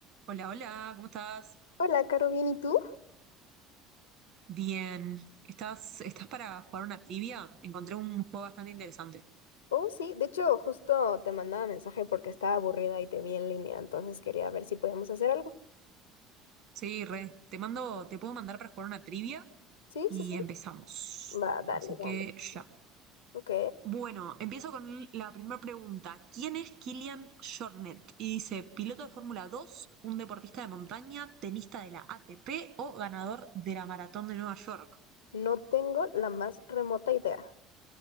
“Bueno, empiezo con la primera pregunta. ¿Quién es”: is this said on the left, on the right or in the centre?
Right